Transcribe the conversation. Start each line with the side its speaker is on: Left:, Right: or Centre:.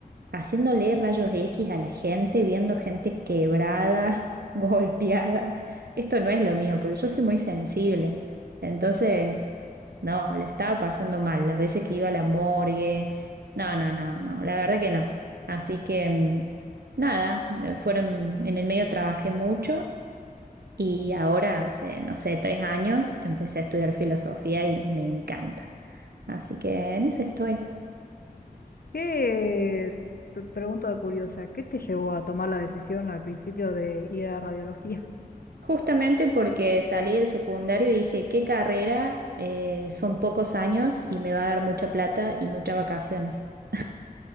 Right: haciéndole rayos X a la gente, viendo gente quebrada, <laughs> golpeada. Esto no es lo mío, porque yo soy muy sensible. Entonces, no, la estaba pasando mal. Las veces que iba a la morgue, no, no, no, no, la verdad que no. Así que, mm, nada, eh, fueron, en el medio trabajé mucho. Y ahora, hace, no sé, tres años, empecé a estudiar filosofía y me encanta. Así que en eso estoy.
Left: ¿Qué, te pregunto de curiosa, qué te llevó a tomar la decisión al principio de ir a radiología? <laughs>
Right: Justamente porque salí del secundario y dije, ¿qué carrera? Eh, son pocos años y me va a dar mucha plata y muchas vacaciones. <laughs>